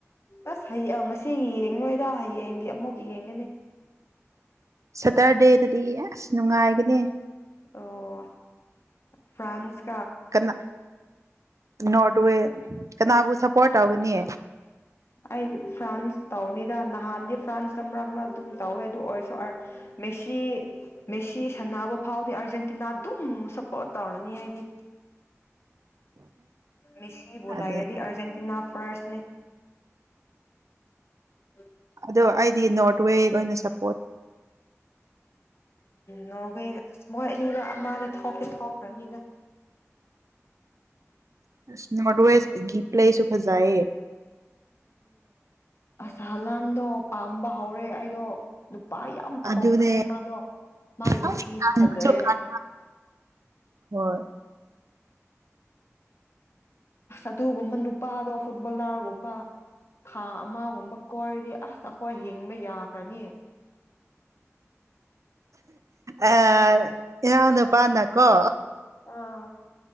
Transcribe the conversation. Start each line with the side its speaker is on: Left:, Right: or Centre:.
Left: ꯑꯁ ꯍꯌꯦꯡ ꯉꯁꯤꯒꯤ ꯌꯦꯡ ꯂꯣꯏꯗ ꯍꯌꯦꯡꯒꯤ ꯑꯃꯨꯛ ꯌꯦꯡꯒꯅꯤ
Right: ꯁꯇꯔꯗꯦꯗꯗꯤ ꯑꯁ ꯅꯨꯡꯉꯥꯏꯒꯅꯤ
Left: ꯑꯣ ꯐ꯭ꯔꯥꯟꯁ
Right: ꯀꯅꯥ ꯅꯣꯗꯋꯦ
Left: ꯃꯣꯏ
Right: ꯀꯅꯥꯕꯨ ꯁꯞꯄꯣꯔꯠ ꯇꯧꯒꯅꯤꯌꯦ
Left: ꯑꯩ ꯐ꯭ꯔꯥꯟꯁ ꯇꯥꯎꯅꯤ ꯅꯍꯥꯟꯗꯤ ꯐ꯭ꯔꯥꯟꯁꯇ ꯃꯔꯛ ꯃꯔꯛ ꯑꯗꯨꯝ ꯇꯧꯋꯦ ꯑꯗꯨ ꯑꯣꯏꯔꯁꯨ ꯃꯦꯁꯤ ꯃꯦꯁꯤ ꯁꯥꯟꯅꯕ ꯐꯥꯎꯗꯤ ꯑꯥꯔꯖꯦꯟꯇꯤꯅꯥ ꯑꯗꯨꯝ ꯁꯞꯄꯣꯔꯠ ꯇꯧꯔꯅꯤ ꯍꯥꯏꯗꯤ ꯃꯦꯁꯤ ꯣꯂꯥꯏꯗꯤ
Right: ꯑꯗꯨ
Left: ꯑꯔꯖꯦꯟꯇꯤꯅꯥ ꯐꯥꯁ <unintelligible>
Right: ꯑꯗꯣ ꯑꯩꯗꯤ ꯅꯣꯔꯠ ꯋꯦ ꯑꯣꯏꯅ ꯆꯠꯄ
Left: ꯅꯕꯔ ꯃꯣꯏ ꯑꯅꯤꯗꫭ ꯃꯥꯗꯤ ꯊꯣꯛꯇꯤ ꯊꫭꯛ ꯊꯈ꯭ꯔꯅꯤꯗ
Right: ꯑꯁ ꯣꯋꯦ <unintelligible> ꯒꯤ ꯄ꯭ꯂꯁꯨ ꯐꯖꯑꯌꯦ
Left: ꯑꯁꯍꯂꯥꯟꯗꯣ ꯄꯥꯝꯕ ꯍꯧꯔꯦ ꯑꯩꯗꯣ ꯅꯞ ꯅꯨꯄꯥꯥ ꯌꯥꯝ ꯊꯣꯛꯈ꯭ꯔꯦ
Right: ꯑꯗꯨꯅꯦ
Left: ꯃꯥꯗꯣ ꯃꯥꯒꯤ
Right: ꯑꯁ
Left: ꯅꯨꯄꯤꯁꯨ
Right: ꯀꯟꯁꯨ
Left: ꯐꯖꯩꯌ‌ꯦ
Right: ꯀꯟ ꯍꯣꯏ
Left: ꯑꯁ ꯑꯗꯨꯒꯨꯝꯕ ꯅꯨꯄꯥꯗꯣ ꯐꯨꯠꯕꯣꯂꯥꯔꯒꯨꯝꯕ ꯊꯥ ꯑꯃꯒꯨꯝꯕ ꯀꯣꯏꯔꯤ ꯑꯁ ꯑꯩꯈꯣꯏ ꯍꯤꯡꯕ ꯌꯥꯈ꯭ꯔꯅꯤ
Right: ꯑꯥ ꯏꯅ꯭ꯥꯎ ꯅꯨꯄꯥꯅ ꯀꯣ
Left: ꯑꯥ